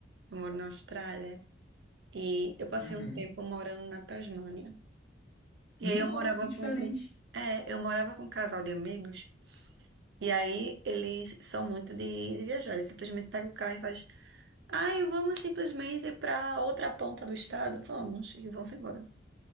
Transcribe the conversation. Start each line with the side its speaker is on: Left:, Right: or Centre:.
Right: eu moro na Austrália, e eu passei
Left: Uhum.
Right: um tempo morando na Tasmânia. E
Left: Nossa,
Right: aí eu morava
Left: que diferente.
Right: com, com- é, eu morava com um casal de amigos, e aí eles são muito de, de viajar, eles simplesmente pegam o carro e faz, ai, vamos simplesmente para outra ponta do estado, vamos, e vão-se embora.